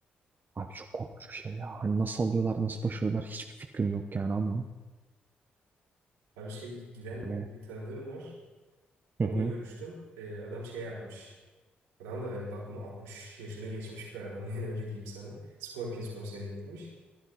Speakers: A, on the right (about 45°); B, on the right (about 90°).
A: Abi çok korkunç bir şey ya hani nasıl alıyorlar nasıl başarıyorlar hiçbir fikrim yok yani ama.
B: Abi şey giden
A: Hani
B: bir tanıdığım var. Onunla
A: hı hı.
B: görüştüm. Ee, adam şey yapmış. Adam da hani bakma 60 yaşını geçmiş bir adam <laughs> yani öyle diyeyim sana. Scorpions konserine gitmiş.